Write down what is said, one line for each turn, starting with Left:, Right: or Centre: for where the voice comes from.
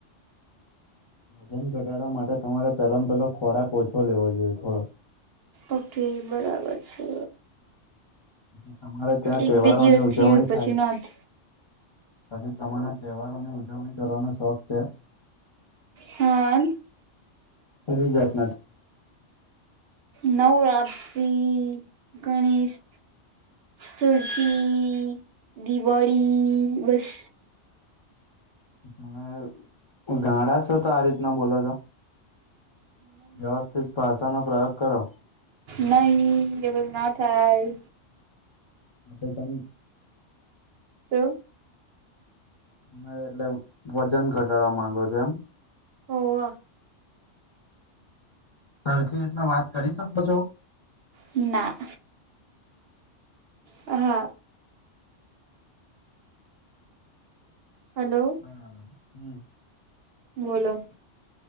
Left: વજન ઘટાડવા માટે તમારે પેલા પેલો ખોરાક ઓછો લેવો જોઈએ થોડો.
Right: ઓકે બરાબર છે.
Left: તમારે ત્યાં
Right: એક
Left: તહેવારોની
Right: બે દિવસ
Left: ઉજવણી
Right: થયું પછી
Left: થાય
Right: ન થ.
Left: પછી તમારા તહેવારો ની ઉજવણી કરવાનો શોખ છે.
Right: હા.
Left: <unintelligible>
Right: નવરાત્રી ગણેશ. સુરખી દિવાળી બસ.
Left: તમે ગાડા છો તો આ રીતના બોલો છો. વ્યવસ્થિત ભાષાનો પ્રયોગ કરો.
Right: નહી એ બધું ના થાય.
Left: એ તમે.
Right: એવું.
Left: હા એટલે વજન ઘટાડવા માંગો છો એમ.
Right: હોવ.
Left: સરખી રીતના વાત કરી શકો છો.
Right: ના. હા. હલો
Left: બરાબર હમ.
Right: બોલો.